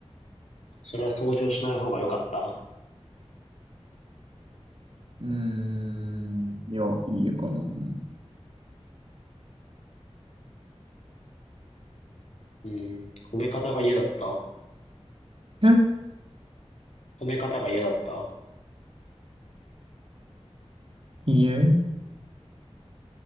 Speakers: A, on the left; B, on the right.
A: それは掃除をしない方が良かった
B: うーん。いや、いいえかな。うん
A: うん。褒め方が嫌だった
B: え
A: 褒め方が嫌だった
B: いいえ、